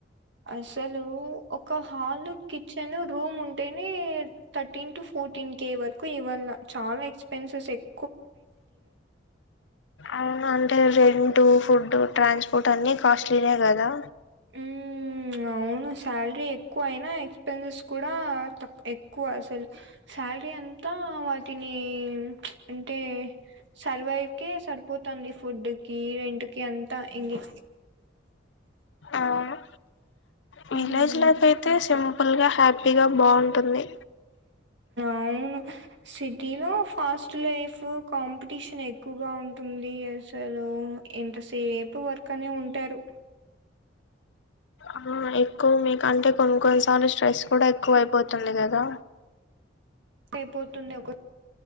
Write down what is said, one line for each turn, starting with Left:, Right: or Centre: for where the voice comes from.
Right: అసలూ ఒక హాల్ కిచెన్ రూమ్ ఉంటేనే థర్టీన్ టు ఫోర్టీన్ కే వర్ ఇవన్న చాల ఎక్స్పెన్సెస్ ఎక్
Left: అవును అంటే రెం ఫుడ్డు ట్రాన్స్పోర్ట్ అన్ని కాస్ట్లీనే కదా
Right: ఊ అవును సాలరీ ఎక్కువయ్నా ఎక్స్పెన్సె కూడా తక్ ఎక్ క్కువ అసల్ శాల్రీ అంతా వాటినీ అంటే సర్వైవ్కే సరిపోతాంది ఫుడ్ కీ రెంట్ కి అంత ఎంగె
Left: అవును విలేజ్
Right: మ్మ్
Left: లైఫ్ అయితే సింపుల్ గా హ్యాపీగా బాన్టుంది
Right: అవును సిటీలో ఫాస్ట్ లైఫ్ కాంపిటీషన్ ఎక్కువగా ఉంటుంది అసలు ఎంతసేపు వర్క్ అనే ఉంటారు
Left: ఆ ఎక్కువ మీకంటే కొన్ని కొన్నిసార్లు స్ట్రెస్ కూడ ఎక్కువ అపోతుంది కదా
Right: అయిపోతుంది ఒక